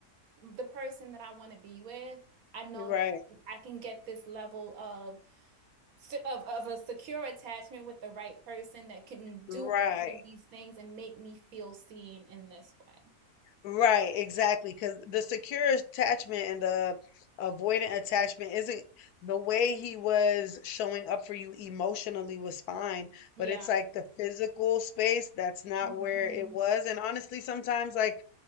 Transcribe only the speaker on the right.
the person that I want to be with. I know
that I can get this level of of of a secure attachment with the right person that can do
all of these things and make me feel seen in this way.
Yeah.
Mhm.